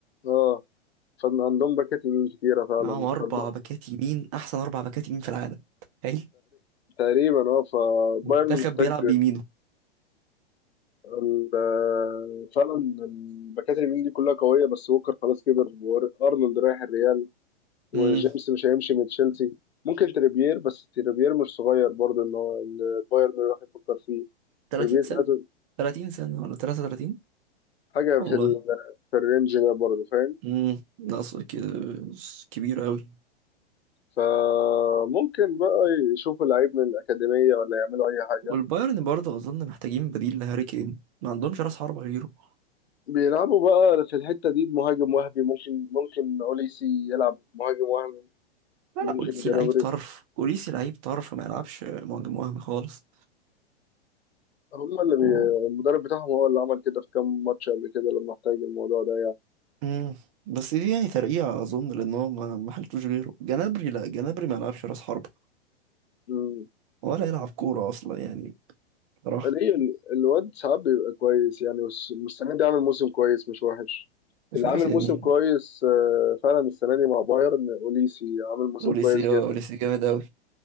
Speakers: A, on the left (about 80°); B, on the right (about 35°).
A: اه فان عندهم باكات يمين كتيرة فعلا
B: معاهم اربع
A: تقريبا
B: باكات يمين احسن اربع باكات يمين في العالم تخيل
A: تقريبا اه فبايرن
B: منتخب
A: محتاج
B: بيلعب بيمينه
A: ال- آه، فعلا الباكات اليمين دي كلها قوية بس ووكر خلاص كبر وأرنولد رايح الريال وجيمس
B: امم
A: مش هيمشي من تشيلسي ممكن تريبير بس تريبير مش صغير برضه ان هو إن بايرن راح يفكر فيه
B: 30
A: تريبير
B: سنة
A: تلاتة
B: 30 سنة ولا 33
A: حاجة
B: والله
A: في ال... في الرينج ده برضه فاهم
B: امم نقص ك- كبير قوي
A: فممكن بقى يشوفوا لعيب من الأكاديمية ولا يعملوا أي حاجة
B: والبايرن برضه اظن محتاجين بديل لهاري كين ما عندهمش راس حربة غيره
A: بيلعبوا بقى في الحتة دي بمهاجم وهمي ممكن ممكن أوليسي يلعب مهاجم وهمي
B: لا
A: ممكن
B: لا اوليسي
A: جنابري
B: لعيب طرف اوليسي لعيب طرف ما يلعبش مهاجم وهمي خالص
A: هم اللي بي...
B: و...
A: المدرب بتاعهم هو اللي عمل كده في كام ماتش قبل كده لما احتاج الموضوع ده
B: مم. بس دي يعني ترقيعة اظن لان هو ما ما حلتوش غيره جنابري لا جنابري ما يلعبش راس حربة
A: يعني
B: ولا يلعب كورة اصلا يعني بصراحة
A: ليه ال- الواد ساعات بيبقى كويس يعني والس- والسنة دي عامل موسم كويس مش وحش
B: مش
A: اللي
B: عارف
A: عامل
B: يعني
A: موسم كويس آه، فعلا السنة دي مع بايرن أوليسي عامل موسم
B: اوليسي
A: كويس جدا
B: اه اوليسي جامد قوي